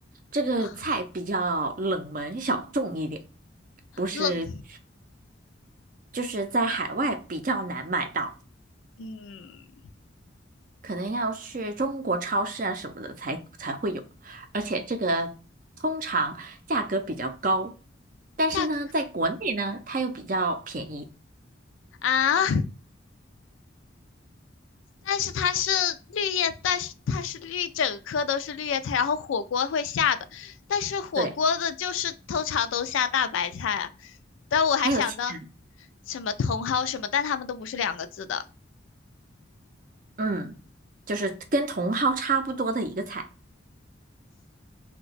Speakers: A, on the right; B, on the left.
A: 这个菜比较冷门小众一点，
B: 啊，
A: 不是，
B: 冷，
A: 就是在海外比较难买到，
B: 嗯，
A: 可能要去中国超市啊什么的才才会有，而且这个通常价格比较高，但是呢，
B: 价格
A: 在国内呢，它又比较便宜。
B: 啊，但是它是绿叶，但是它是绿，整颗都是绿叶菜，然后火锅会下的，但是火锅的就是通常都下大白菜啊。
A: 对，
B: 但我还想到
A: 还有其他，
B: 什么茼蒿什么，但它们都不是两个字的，
A: 嗯，就是跟茼蒿差不多的一个菜，